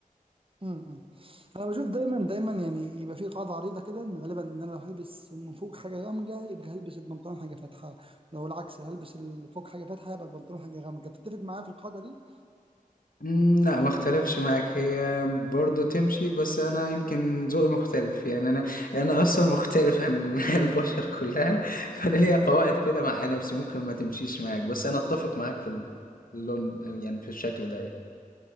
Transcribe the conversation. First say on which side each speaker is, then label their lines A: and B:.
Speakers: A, on the right (about 40°); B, on the left (about 75°).
A: امم انا بشوف دايما دايما يعني يبقى في قاعده عريضه كده ان غالبا ان انا لو هلبس من فوق حاجه غامقه يبقى هلبس البنطلون حاجه فاتحه لو العكس هلبس ال- فوق حاجه فاتحه يبقى البنطلون حاجه غامقه بتتفق معايا في القاعده دي
B: مم، لا ما اختلفش معاك هي برضه تمشي بس انا يمكن ذوقي مختلف يعني انا انا اصلا مختلف عن <laughs> البشر كلها فانا ليا قواعد كده مع نفسي ممكن ما تمشيش معاك بس انا اتفق معاك في اللون يعني في الشكل ده يعني.